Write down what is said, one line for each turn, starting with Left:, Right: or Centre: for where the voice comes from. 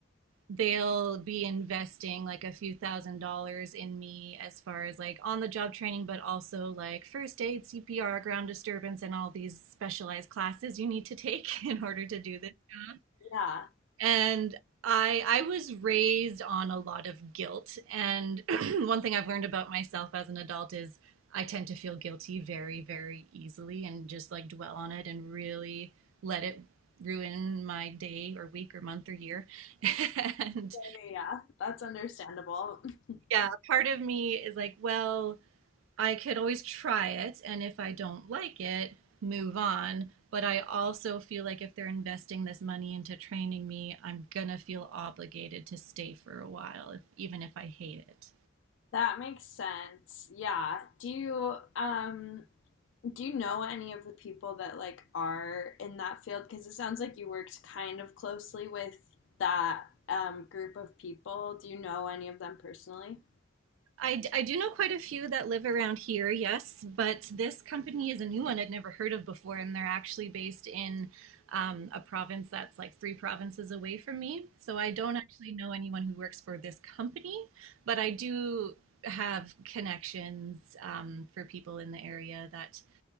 Right: they'll be investing like a few thousand dollars in me as far as like on the job training but also like first aid cpr ground disturbance and all these specialized classes you need to take <laughs> in order to do this job
Left: Yeah,
Right: and I I was raised on a lot of guilt and <clears throat> one thing I've learned about myself as an adult is I tend to feel guilty very very easily and just like dwell on it and really let it ruin my day or week or month or year. <laughs> and
Left: yeah, yeah, yeah. That's understandable. <laughs>
Right: yeah, part of me is like, well, I could always try it, and if I don't like it, move on. But I also feel like if they're investing this money into training me, I'm gonna feel obligated to stay for a while, even if I hate it.
Left: That makes sense. Yeah. Do you um do you know any of the people that like are in that field? Because it sounds like you worked kind of closely with that um group of people. Do you know any of them personally?
Right: I I do know quite a few that live around here, yes, but this company is a new one I'd never heard of before, and they're actually based in um, a province that's like three provinces away from me. So I don't actually know anyone who works for this company, but I do have connections um, for people in the area that